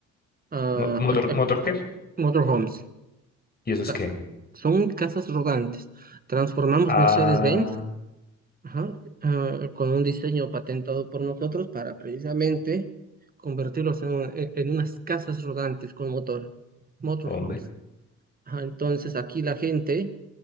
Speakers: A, on the right; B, on the left.
A: ah,
B: Mo- ¿Motor,
A: ah, ah,
B: motor qué?
A: motorhomes.
B: ¿Y eso es
A: ca-
B: qué?
A: son casas rodantes. Transformamos
B: Ah,
A: Mercedes-Benz, ajá, ah, con un diseño patentado por nosotros para precisamente convertirlos en, un- en- en unas casas rodantes con motor, motorhomes.
B: hombre.
A: Ajá, entonces aquí la gente